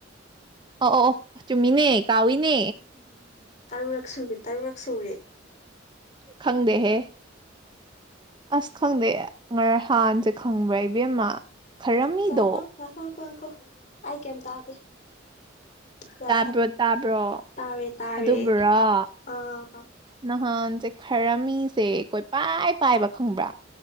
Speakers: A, on the right (about 25°); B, on the left (about 40°).
A: ꯑꯣ ꯑꯣ ꯆꯨꯝꯃꯤꯅꯦ ꯀꯥꯎꯏꯅꯦ
B: ꯇꯔꯨꯔꯛ ꯁꯨꯔꯦ ꯇꯔꯨꯔꯛ ꯁꯨꯔꯦ
A: ꯈꯪꯗ ꯍꯦ ꯑꯁ ꯈꯪꯗꯦ ꯉꯔ ꯍꯥꯟꯁꯦ ꯈꯪꯕ꯭ꯔꯥ ꯏꯕꯦꯝꯃ ꯈꯔꯝꯃꯤꯗꯣ
B: ꯀꯩ ꯍꯥꯏꯕ ꯉꯈ ꯉꯀꯣꯪꯈꯣ ꯑꯩ ꯀꯩꯝ ꯇꯥꯗꯦ ꯌꯥꯔꯦ
A: ꯇꯥꯕ꯭ꯔꯣ
B: ꯍꯥꯏ
A: ꯇꯥꯕ꯭ꯔꯣ
B: ꯇꯥꯔꯦ ꯇꯥꯔꯦ
A: ꯑꯗꯨꯕꯨꯔꯣ
B: ꯑꯥ
A: ꯅꯍꯥꯟ ꯁꯦ ꯈꯔ ꯃꯤꯁꯦ ꯑꯩꯈꯣꯏ ꯄꯥꯏ ꯄꯥꯏꯕ ꯈꯪꯕ꯭ꯔꯥ